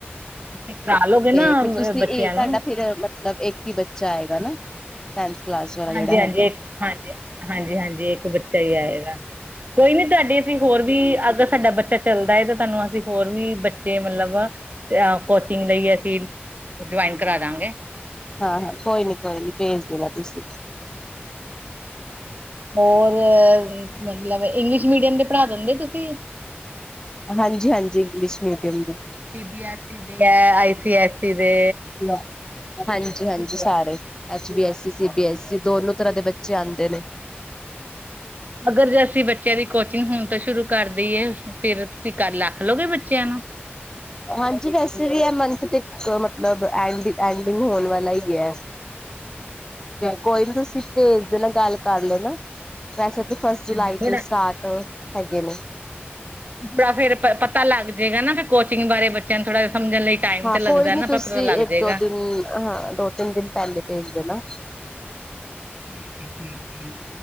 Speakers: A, on the right; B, on the left.
A: ਤੁਸੀਂ ਕਰਾ ਲਓਗੇ ਨਾ
B: ਤੇ ਫਿਰ ਤੁਸੀਂ
A: ਬੱਚਿਆਂ
B: ਇਹ ਤੁਹਾਡਾ
A: ਨੂੰ
B: ਫਿਰ ਮਤਲਬ ਇੱਕ ਹੀ ਬੱਚਾ ਆਏਗਾ ਨਾ। ਟੈਨਥ ਕਲਾਸ ਵਾਲਾ ਜਿਹੜਾ
A: ਹਾਂਜੀ ਹਾਂਜੀ
B: ਹੈਗਾ
A: ਇੱਕ ਹਾਂਜੀ ਹਾਂਜੀ ਹਾਂਜੀ ਇੱਕ ਬੱਚਾ ਹੀ ਆਏਗਾ। ਕੋਈ ਨੀ ਤੁਹਾਡੇ ਅਸੀਂ ਹੋਰ ਵੀ ਅਗਰ ਸਾਡਾ ਬੱਚਾ ਚੱਲਦਾ ਹੈ ਤਾਂ ਤੁਹਾਨੂੰ ਅਸੀਂ ਹੋਰ ਵੀ ਬੱਚੇ ਮਤਲਬ ਕੋਚਿੰਗ ਲਈ ਅਸੀਂ ਜੁਆਇਨ ਕਰਾ ਦਾਂਗੇ।
B: ਹਾਂ ਹਾਂ ਕੋਈ ਨੀ ਕੋਈ ਨੀ ਭੇਜ ਦੇਣਾ ਤੁਸੀਂ।
A: ਹੋਰ ਮਤਲਬ ਇੰਗਲਿਸ਼ ਮੀਡੀਅਮ ਤੇ ਪੜ੍ਹਾ ਦਿੰਦੇ ਤੁਸੀਂ?
B: ਹਾਂਜੀ ਹਾਂਜੀ ਇੰਗਲਿਸ਼ ਮੀਡੀਅਮ ਦੀ।
A: ਸੀ ਬੀ ਐਸ ਈ ਦੇ ਆਈ ਸੀ ਐਸ ਈ ਦੇ।
B: ਹਲੋ। ਹਾਂਜੀ ਹਾਂਜੀ ਸਾਰੇ H B SC C B SC ਦੋਨੋ ਤਰ੍ਹਾਂ ਦੇ ਬੱਚੇ ਆਉਂਦੇ ਨੇ।
A: ਅਗਰ ਜੇ ਅਸੀਂ ਬੱਚਿਆਂ ਦੀ ਕੋਚਿੰਗ ਹੋੁਣ ਤਾਂ ਸ਼ੁਰੂ ਕਰਦੀਏ ਫੇਰ ਤੁਸੀਂ ਕੱਲ ਆ ਖਲੋਗੇ ਬੱਚਿਆਂ ਨੂੰ।
B: ਹਾਂਜੀ ਵੈਸੇ ਵੀ ਹੈ ਮੰਥ ਤੇ ਮਤਲਬ ਐਂਡਿੰਗ ਹੋਣ ਵਾਲਾ ਹੀ ਹੈ। ਕੋਈ ਨੀ ਤੁਸੀਂ ਭੇਜ ਦੇ ਨਾ ਗੱਲ ਕਰ ਲੈਣਾ। ਵੈਸੇ ਤੇ ਫਸਟ
A: ਹਾਂਜੀ
B: ਜੁਲਾਈ
A: ਥੋੜਾ
B: ਤੋਂ ਸਟਾਰਟ ਹੈਗੇ ਨੇ।
A: ਥੋੜਾ ਫੇਰ ਪਤਾ ਲੱਗ ਜਾਏਗਾ ਨਾ ਫਿਰ ਕੋਚਿੰਗ ਬਾਰੇ ਬੱਚਿਆਂ ਨੂੰ ਥੋੜ੍ਹਾ ਜਿਹਾ ਸਮਝਣ ਟਾਈਮ
B: ਹਾਂ
A: ਤੇ ਲੱਗਦਾ
B: ਕੋਈ ਨੀ
A: ਨਾ ਪਰ
B: ਤੁਸੀਂ
A: ਪਤਾ ਲੱਗ
B: ਇੱਕ
A: ਜਾਏਗਾ
B: ਦੋ ਦਿਨ ਹਾਂ ਦੋ ਤਿੰਨ ਦਿਨ ਪਹਿਲੇ ਭੇਜ ਦੇਣਾ।
A: ਠੀਕ ਹੈ ਠੀਕ